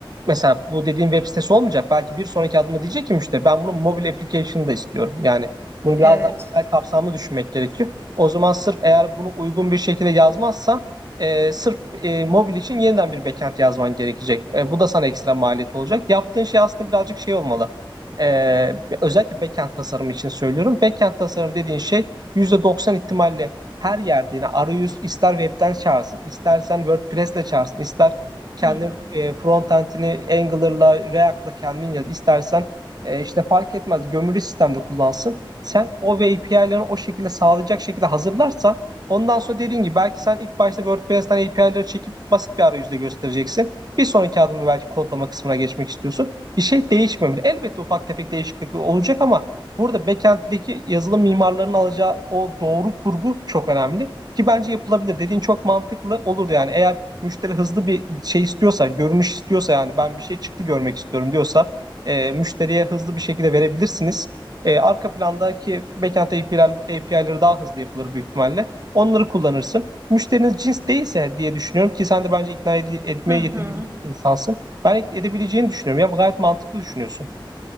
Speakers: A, on the right; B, on the right.
A: Mesela bu dediğin web sitesi olmayacak. Belki bir sonraki adıma diyecek ki müşteri ben bunun mobil application'ı da istiyorum. Yani bunu
B: Evet.
A: biraz daha genel kapsamlı düşünmek gerekiyor. O zaman sırf eğer bunu uygun bir şekilde yazmazsan e, sırf e, mobil için yeniden bir backend yazman gerekecek. E, bu da sana ekstra maliyet olacak. Yaptığın şey aslında birazcık şey olmalı. E, özellikle backend tasarımı için söylüyorum. Backend tasarım dediğin şey %90 ihtimalle her yerde yine arayüz ister webden çağırsın, istersen WordPress'le çağırsın, ister kendi
B: Hı hı.
A: e, front end'ini Angular'la, React'la kendin yaz. İstersen e, işte fark etmez gömülü sistemde kullansın. Sen o ve API'lerini o şekilde sağlayacak şekilde hazırlarsan ondan sonra dediğin gibi belki sen ilk başta WordPress'ten API'leri çekip basit bir arayüzde göstereceksin. Bir sonraki adımı belki kodlama kısmına geçmek istiyorsun. Bir şey değişmemeli. Elbette ufak tefek değişiklik olacak ama burada backend'deki yazılım mimarlarının alacağı o doğru kurgu çok önemli. Ki bence yapılabilir. Dediğin çok mantıklı olur yani. Eğer müşteri hızlı bir şey istiyorsa, görünüş istiyorsa yani ben bir şey çıktı görmek istiyorum diyorsa e, müşteriye hızlı bir şekilde verebilirsiniz. E, arka plandaki backend API'ler, API'leri daha hızlı yapılır büyük ihtimalle. Onları kullanırsın. Müşteriniz cins değilse diye düşünüyorum ki sen de bence ikna ed- etmeye
B: Hı
A: yetenekli
B: hı.
A: bir insansın. Ben edebileceğini düşünüyorum. Ya gayet mantıklı düşünüyorsun.